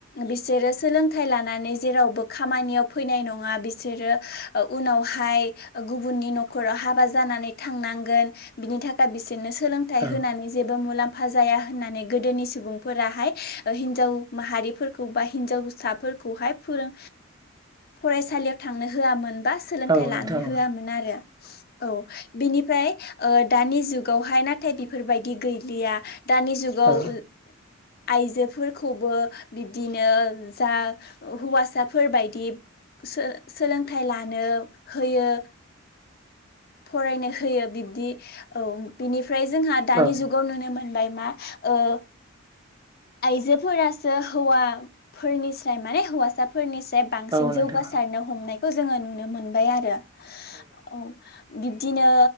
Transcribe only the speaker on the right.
औ
औ
नोंथां
औ
औ
औ नोंथां